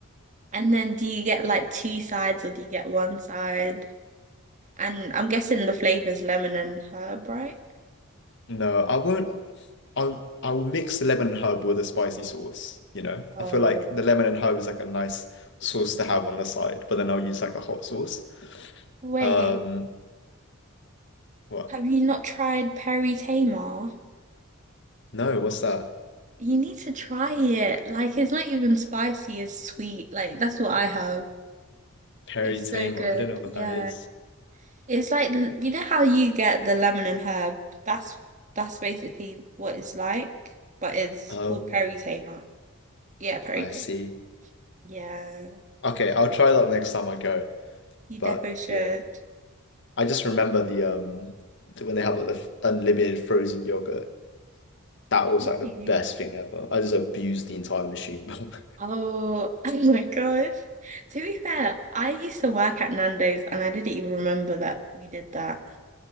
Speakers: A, on the right; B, on the left.
A: And then do you get like two sides or do you get one side? And I'm guessing the flavor's lemon and herb, right?
B: No, I won't. I I'll mix the lemon and herb with a spicy sauce, you know?
A: Oh,
B: I feel like the lemon and herb is like a nice sauce to have on the side, but then I'll use like a hot sauce.
A: Wait,
B: Um, what?
A: have you not tried peri Tamar?
B: No, what's that?
A: You need to try it. Like it's not even spicy, it's sweet. Like that's what I have.
B: Peri
A: It's
B: Tamer.
A: so good.
B: I don't know what
A: Yeah.
B: that is.
A: It's like l- you know how you get the lemon and herb? That's that's basically what it's like, but it's
B: Um,
A: called peri Tamar. Yeah, peri
B: I
A: Tamar.
B: see.
A: Yeah.
B: Okay, I'll try that next time I go.
A: You
B: But
A: definitely should.
B: yeah. I just remember the um the- when they have like the f- unlimited frozen yogurt. That was
A: Really?
B: like the best thing ever. I just abused the entire machine. <laughs>
A: Oh, <laughs> oh my gosh. To be fair, I used to work at Nando's and I didn't even remember that we did that.